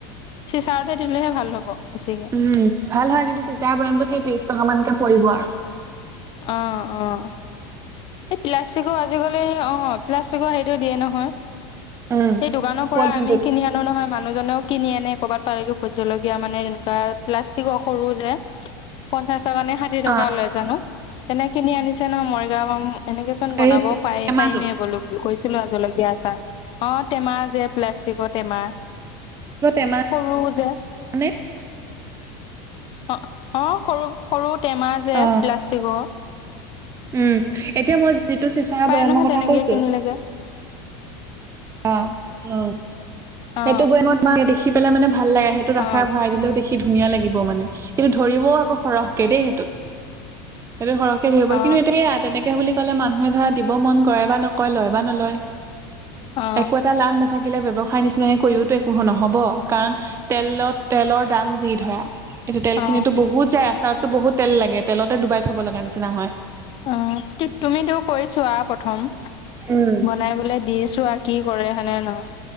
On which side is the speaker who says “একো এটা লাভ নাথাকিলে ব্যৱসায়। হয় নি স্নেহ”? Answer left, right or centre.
Right